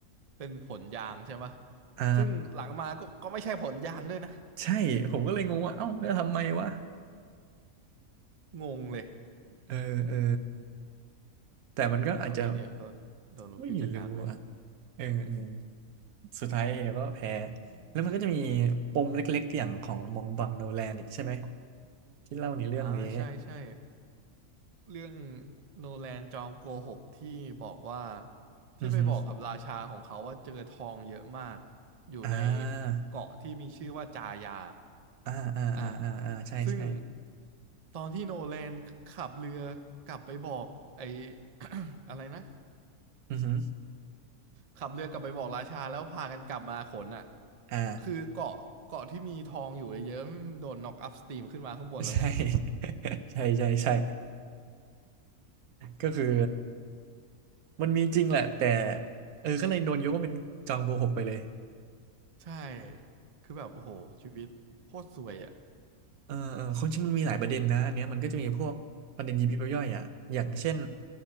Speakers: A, on the right (about 45°); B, on the right (about 75°).
A: เป็นผลยางใช่ปะ
B: <laughs> อ่า
A: ซึ่งหลังมาก็ก็ไม่ใช่ผลยางด้วยนะ
B: ใช่ผมก็เลยงงว่าเอ้าแล้วทำไมวะ
A: งงเลย
B: เออเออแต่มันก็อาจจะ
A: แล้วเอเนี่ยก็โดนลูฟี่จัดการไป
B: ไม่รู้อ่ะเออเออสุดท้ายเดี๋ยวก็แพ้
A: อืม
B: แล้วมันก็จะมีปมเล็กๆอย่างของมองบังโนแลนอีกใช่ไหมที่เล่าในเรื่องนี้
A: อ่าใช่ใช่เรื่องโนแลนจอมโกหกที่บอกว่าที่ไปบอกกับราชาของเขาว่าเจอทองเยอะมาก
B: อือฮึ
A: อยู่ใน
B: อ่า
A: เกาะที่มีชื่อว่าจายา
B: อ่าอ่าอ่าอ่าอ่าใช่ใช่
A: อ่ะซึ่งตอนที่โนแลนขับเรือกลับไปบอกไอ้ <coughs> อะไรนะ
B: อือฮึ
A: ขับเรือกลับไปบอกราชาแล้วพากันกลับมาขนอ่ะ
B: อ่า
A: คือเกาะเกาะที่มีทองอยู่เยอะๆมันโดนน็อกอัพสตรีมขึ้นมาข้างบนแล้วไง
B: ใช่ <laughs> ใช่ใช่ใช่ก็คือมันมีจริงแหละแต่เออก็เลยโดนยกว่าเป็นจอมโกหกไปเลย
A: ใช่คือแบบโอ้โหชีวิตโคตรสวยอ่ะ
B: เออเออความจริงมันมีหลายประเด็นนะอันเนี้ยมันก็จะมีพวกประเด็นยิบยิบย่อยๆอ่ะอย่างเช่น